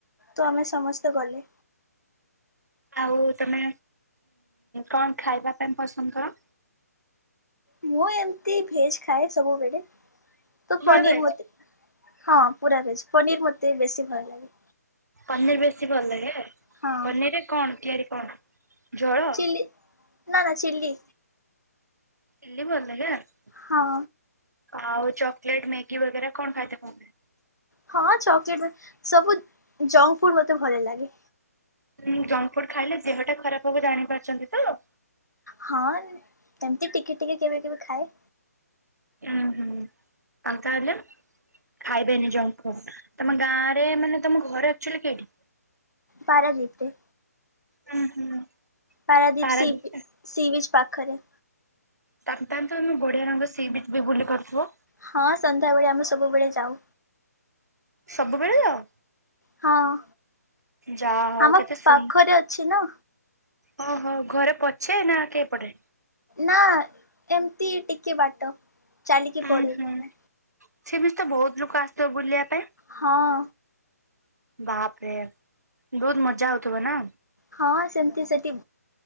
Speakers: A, on the left (about 90°); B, on the right (about 80°).
A: ତ ଆମେ ସମସ୍ତେ ଗଲେ।
B: ଆଉ ତମେ କଣ ଖାଇବା ପାଇଁ ପସନ୍ଦ କର?
A: ମୁଁ ଏମିତି ଭେଜ ଖାଏ ସବୁବେଳେ ତ
B: ବେଳେ
A: ପନିର
B: ଭେଜ୍
A: ମତେ ହଁ ପୁରା ଭେଜ ପନିର ମତେ ବେଶୀ ଭଲ ଲାଗେ।
B: ପନିର ବେଶୀ ଭଲ ଲାଗେ
A: ହଁ
B: ପନିରରେ କଣ ତିଆରି କଣ ଜଳ?
A: ଚିଲି ନା ନା ଚିଲି।
B: ଚିଲି ପନିର କା
A: ହଁ
B: ଆଉ ଚକଲେଟ୍, ମେଗି ବଗେରା କଣ ଖାଇଥ <unintelligible>
A: ହଁ ଚକୋଲେଟ, ସବୁ ଜଙ୍କ ଫୁଡ ମତେ ଭଲ ଲାଗେ।
B: ଉଁ ଜଙ୍କ ଫୁଡ ଖାଇଲେ ଦେହଟା ଖରାପ ହବ ଜାଣି ପାରୁଚନ୍ତି ତ।
A: ହଁ ଏମତି ଟିକେ ଟିକେ କେବେ କେବେ ଖାଏ।
B: ହୁଁ ହୁଁ ଆଉ ତାହାଲେ। ଖାଇବେନି ଜଙ୍କ୍ ଫୁଡ୍। ତମ ଗାଁ ରେ ମାନେ ତମ ଘର ଆକ୍ଚୁଆଲି କେଇଠି।
A: ପାରାଦ୍ଵୀପ ରେ
B: ହୁଁ ହୁଁ
A: ପାରାଦ୍ଵୀପ
B: ପାରାଦ୍ୱୀପ
A: ସି ବିିଚ୍ ପାଖରେ
B: ତାକ୍ ତାହେଲେ ତ ଆମେ ବଢିଆ ରଙ୍ଗ ସି ବିଚ୍ ବି ବୁଲି ପାରୁଥିବ।
A: ହଁ ସନ୍ଧ୍ୟାବେଳେ ଆମେ ସବୁବେଳେ ଯାଉ।
B: ସବୁବେଳେ ଯାଅ?
A: ହଁ
B: ଯାହା ହଉ
A: ଆମ
B: କେତେ ସୁନ୍
A: ପାଖରେ ଅଛି ନା
B: ଓହୋ ଘରେ ପଛେ ନା କେପଟେ?
A: ନା ଏମିତି ଟିକେ ବାଟ। ଚାଲିକି
B: ଉଁ
A: ପଡିବୁ
B: ହୁଁ
A: ଆମେ
B: ସେମିତ୍ ତ ବହୁତ୍ ଲୁକ ଆସଥିବେ ବୁଲିବା ପାଇଁ।
A: ହଁ।
B: ବାପରେ ବହୁତ୍ ମଜା ହଉଥିବ ନା?
A: ହଁ ସେମତି ସେଠି